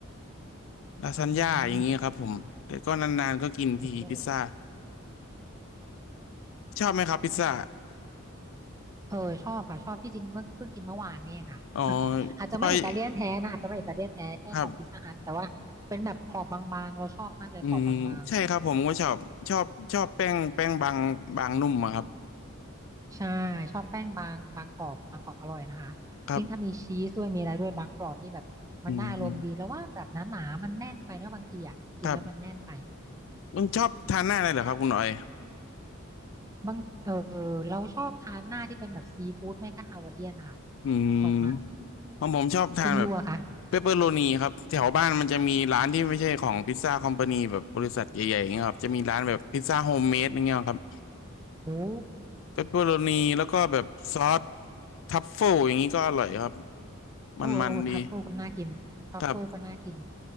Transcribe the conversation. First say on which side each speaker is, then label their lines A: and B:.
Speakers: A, on the left; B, on the right.
A: ลาซานญ่าอย่างเงี้ยครับผมแต่ก็นานๆก็กินทีพิซซ่า
B: อืมโอ้
A: ชอบไหมครับพิซซ่า
B: เออชอบค่ะชอบที่จริงเมื่อเพิ่งกินเมื่อวานเนี่ยค่ะ
A: อ๋อ
B: อาจจะไม่อิตาเลียนแท้นะอาจจะไม่อิตาเลียนแท้แค่ของพิซซ่าฮัทแต่ว่าเป็นแบบขอบบางๆเราชอบมากเลยขอบบาง
A: พลอยครับ อืมใช่ครับผมก็ชอบชอบชอบแป้งแป้งบางบางนุ่มอะครับ
B: ๆใช่ชอบแป้งบางบางกรอบบางกรอบอร่อยนะคะยิ่งถ้ามีชีสด้วยมีอะไรด้วยบางกรอบนี่แบบมันได้อารมณ์ดีแล้วว่าแบบหนาๆมันแน่นไปเนอะบางทีอ่ะกินแล้วมันแน่นไป
A: ครับอืมอืมครับต้องชอบทานหน้าเลยเหรอครับคุณหน่อย
B: บางเออเราชอบทานหน้าที่เป็นแบบซีฟู้ดไม่ก็ฮาวายเอียนค่ะ
A: อืมของผมชอบทานแบบ
B: ชอบมากคุณยูอะค่ะ
A: เปปเปอโรนีครับแถวบ้านมันจะมีร้านที่ไม่ใช่ของพิซซ่าคอมพานีแบบบริษัทใหญ่ๆอย่างเงี้ยครับจะมีร้านแบบพิซซ่าโฮมเมดอย่างเงี้ยครับ
B: โอ้
A: เปปเปอโรนีแล้วก็แบบซอสทัฟเฟิลอย่างนี้ก็อร่อยครับ
B: โอ้โอ้ทัฟเฟิลก็น่ากินทัฟเฟิลก็น่ากิน
A: มันๆดีครับ